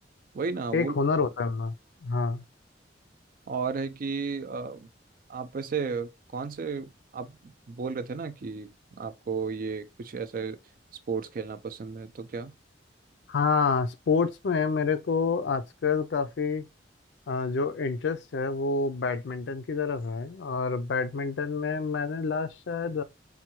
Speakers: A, on the right; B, on the left.
A: वही ना वो
B: एक हुनर होता है उनमें हाँ
A: और है कि अ, आप वैसे कौन से आप बोल रहे थे ना कि आपको ये कुछ ऐसे स्पोर्ट्स खेलना पसंद है तो क्या
B: हाँ स्पोर्ट्स में मेरे को आजकल काफी अ, जो इंटरेस्ट है वो बैडमिंटन की तरफ है और बैडमिंटन में मैंने लास्ट शायद